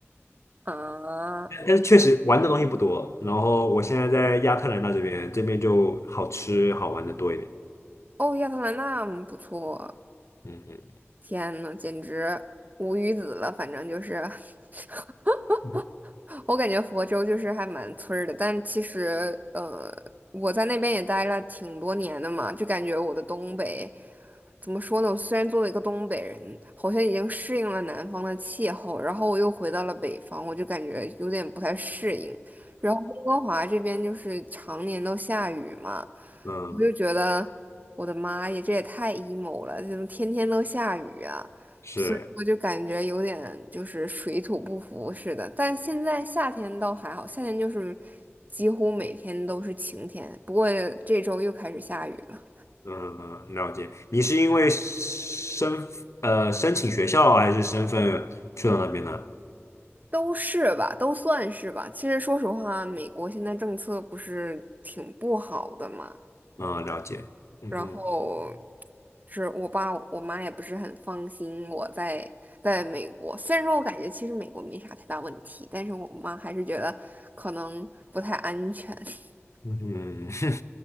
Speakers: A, on the right; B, on the left.
A: 啊！
B: 但但是确实玩的东西不多。然后我现在在亚特兰大这边，这边就好吃好玩的多一点。
A: 哦，亚特兰大嗯不错，
B: 嗯嗯
A: 天呐，简直无语子了，反正就是。<laughs>
B: 嗯
A: 我感觉佛州就是还蛮村儿的，但其实呃，我在那边也待了挺多年的嘛，就感觉我的东北怎么说呢？我虽然作为一个东北人，好像已经适应了南方的气候，然后我又回到了北方，我就感觉有点不太适应。然后温哥华这边就是常年都下雨嘛，
B: 嗯
A: 我就觉得我的妈呀，这也太 emo 了，怎么天天都下雨啊？
B: 是，
A: 所以我就感觉有点就是水土不服似的。但现在夏天倒还好，夏天就是几乎每天都是晴天，不过这周又开始下雨了，
B: 嗯嗯，了解。你是因为申呃申请学校还是身份去到那边的？
A: 都是吧，都算是吧。其实说实话，美国现在政策不是挺不好的嘛，
B: 嗯，了解。嗯嗯。
A: 然后是我爸我妈也不是很放心我在在美国。虽然说我感觉其实美国没啥太大问题，但是我妈还是觉得可能不太安全。<laughs>
B: 嗯，<laughs>